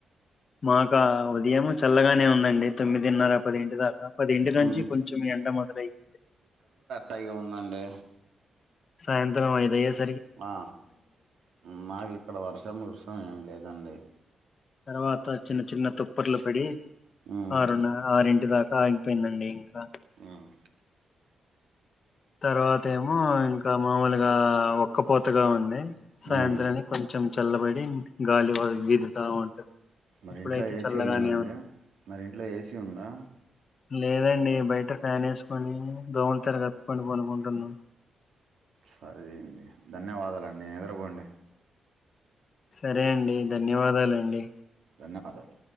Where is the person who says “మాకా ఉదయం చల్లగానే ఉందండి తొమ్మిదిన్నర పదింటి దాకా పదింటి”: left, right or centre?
Left